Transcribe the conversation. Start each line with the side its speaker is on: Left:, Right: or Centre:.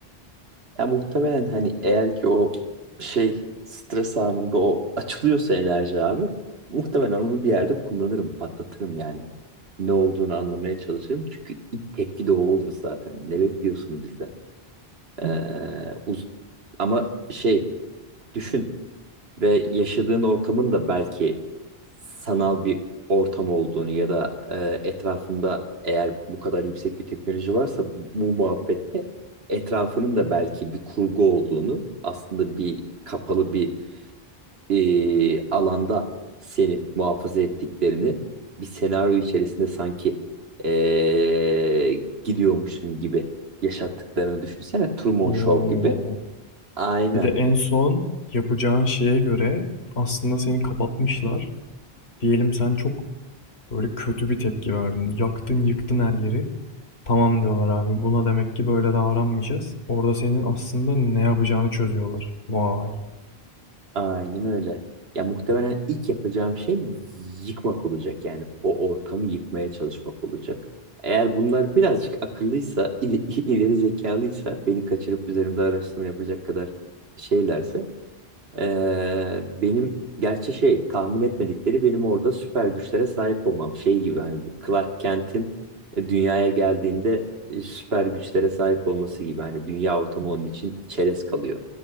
Right: Ya muhtemelen hani eğer ki o şey stres anında o açılıyorsa enerji abi muhtemelen onu bir yerde kullanırım, patlatırım yani. Ne olduğunu anlamaya çalışırım. Çünkü ilk tepki de o olur zaten. Ne bekliyorsun bizden? Ee, uz- ama şey düşün. Ve yaşadığın ortamın da belki sanal bir ortam olduğunu ya da e, etrafında eğer bu kadar yüksek bir teknoloji varsa bu muhabbette etrafının da belki bir kurgu olduğunu aslında bir kapalı bir e, alanda seni muhafaza ettiklerini bir senaryo içerisinde sanki e, gidiyormuşsun gibi yaşattıklarını düşünsene Truman
Left: Oo.
Right: Show gibi. Aynen.
Left: Bir de en son yapacağın şeye göre aslında seni kapatmışlar. Diyelim sen çok böyle kötü bir tepki verdin. Yaktın, yıktın her yeri. Tamam diyorlar abi. Buna demek ki böyle davranmayacağız. Orada senin aslında ne yapacağını çözüyorlar. Vay.
Right: Aynen öyle. Ya muhtemelen ilk yapacağım şey yıkmak olacak yani o ortamı yıkmaya çalışmak olacak. Eğer bunlar birazcık akıllıysa, il- <laughs> ileri zekalıysa beni kaçırıp üzerimde araştırma yapacak kadar şeylerse ee, benim gerçi şey tahmin etmedikleri benim orada süper güçlere sahip olmam. Şey gibi hani bu Clark Kent'in e, dünyaya geldiğinde e, süper güçlere sahip olması gibi hani dünya ortamı onun için çerez kalıyor.